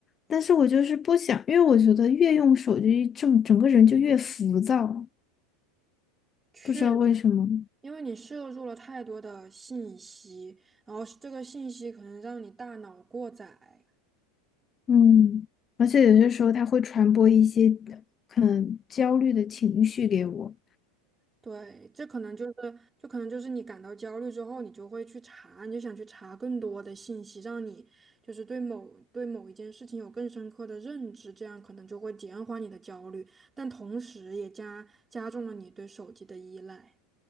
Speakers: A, on the left; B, on the right.
A: 但是我就是不想，因为我觉得越用手机，整整个人就越浮躁，
B: 确。
A: 不知道为什么。
B: 因为你摄入了太多的信息，然后这个信息可能让你大脑过载，
A: 嗯，而且有些时候它会传播一些可能焦虑的情绪给我，
B: 对，这可能就是，就可能就是你感到焦虑之后，你就会去查，你就想去查更多的信息，让你就是对某对某一件事情有更深刻的认知，这样可能就会减缓你的焦虑，但同时也加加重了你对手机的依赖。